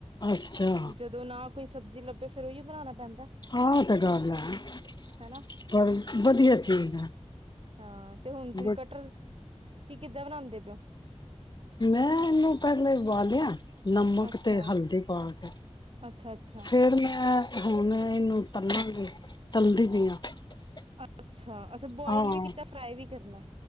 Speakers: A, on the left; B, on the right.
A: ਅੱਛਾ
B: <inaudible> ਜਦੋਂ ਨਾ ਕੋਈ ਸਬਜ਼ੀ ਲੱਭ ਤੇ ਫਿਰ ਉਹੀਓ ਬਣਾਣਾ ਪੈਂਦ
A: ਆਹ ਤੇ ਗਲ ਹੈ। <inaudible>
B: ਹੈਨਾ
A: ਪਰ ਵਧੀਆ ਚੀਜ਼ ਹੈ
B: ਹਾਂ ਤੇ ਹੁਣ ਤੁਸੀ
A: ਬਟ
B: ਕਟਰ ਕੀ ਕਿੱਦਾਂ ਬਣਾਉਂਦੇ ਪਿਓ?
A: ਮੈਂ ਇਹਨੂੰ ਪਹਿਲੇ ਉਬਾਲਿਐ। ਨਮਕ
B: ਅੱਛਾ,
A: ਤੇ ਹਲਦੀ ਪਾ ਕੇ।
B: ਅੱਛਾ-ਅੱਛਾ,
A: ਫਿਰ ਮੈਂ ਹੁਣ ਇਹਨੂੰ ਤਲਾਂਗੇ <inaudible> ਤਲਦੀ ਪਈਆਂ ।
B: ਅੱਛਾ, ਅੱਛਾ ਅੱਛਾ ਬੋਇਲ
A: ਹਾਂ,
B: ਵੀ ਕੀਤਾ ਫਰਾਈ ਵੀ ਕਰਨਾ